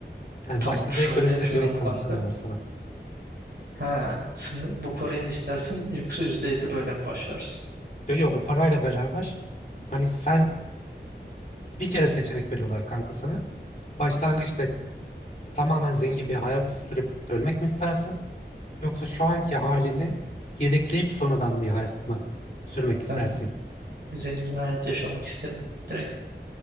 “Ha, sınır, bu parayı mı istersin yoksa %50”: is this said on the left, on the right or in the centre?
Right